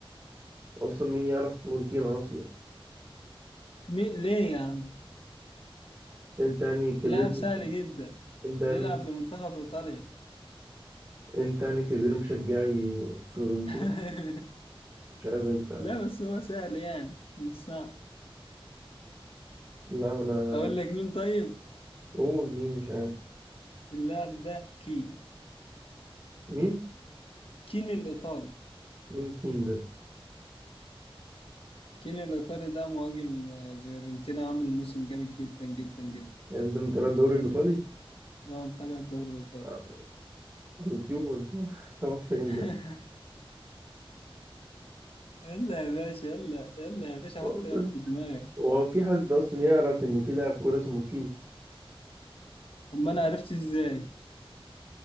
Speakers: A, on the right (about 30°); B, on the left (about 70°).
A: اصلا مين يعرف فيورنتينا اصلا
B: مين ليه يا عم
A: انت يعني كبير
B: لاعب
A: مش...
B: سهل جدا
A: انت يعني
B: بيلعب لمنتخب ايطاليا
A: انت يعني كبير مشجعي فيورنتينا
B: <laughs>
A: مش عارف انت
B: لا بس هو سهل يعني مش صعب
A: لا ما انا
B: اقول لك مين طيب
A: قول مين مش عارف
B: اللاعب ده كي
A: مين
B: كين الايطالي
A: مين كين ده
B: كين الايطالي ده مهاجم آه، فيورنتينا عامل موسم جامد جدا جدا جدا
A: يعني ده متابع الدوري الإيطالي
B: وانا متابع الدوري الايطالي
A: على اليوتيوب وأنت <laughs> تابع فين
B: <laughs>
A: ده؟
B: يلا يا باشا يلا يلا يا باشا
A: أصلا
B: حط لاعب في دماغك
A: هو في حد أصلا يعرف إن في لاعب كورة اسمه كين؟
B: طب ما انا عرفت ازاي